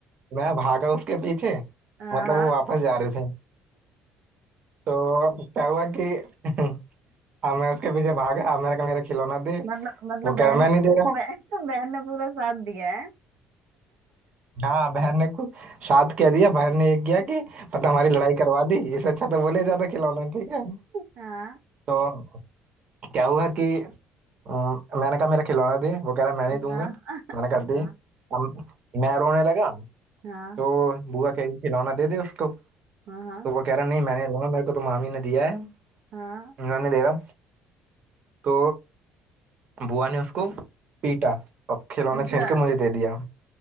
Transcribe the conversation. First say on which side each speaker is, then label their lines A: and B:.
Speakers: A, on the right; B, on the right.
A: मैं भागा उसके पीछे
B: हाँ
A: मतलब
B: हाँ
A: वो वापस जा रहे थे तो क्या हुआ कि <laughs> हाँ मैं उसके पीछे भागा अब मैंने कहा मेरा खिलौना दे
B: मतलब मतलब
A: वो कह
B: बहन
A: रहा मैं
B: ने
A: नहीं दे रहा
B: बहन बहन ने <laughs> पूरा साथ दिया है
A: हाँ बहन ने कुछ साथ क्या दिया बहन ने ये किया कि मतलब हमारी लड़ाई करवा दी इससे अच्छा तो बोले जाता खिलौना ठीक है
B: हाँ
A: तो क्या हुआ कि अम, मैंने कहा मेरा खिलौना दे वो कह रहा मैं नहीं दूंगा
B: हाँ
A: मैंने कहा
B: हाँ
A: दे अब मैं रोने लगा
B: हाँ
A: तो बुआ कह रही खिलौना दे दे उसको
B: हाँ हाँ
A: तो वो कह रहा नहीं मैं नहीं दूंगा मेरे को तो मामी ने दिया है
B: हाँ
A: उन्होंने दे रहा तो बुआ ने उसको पीटा अब खिलौना
B: अच्छा
A: छीन के मुझे दे दिया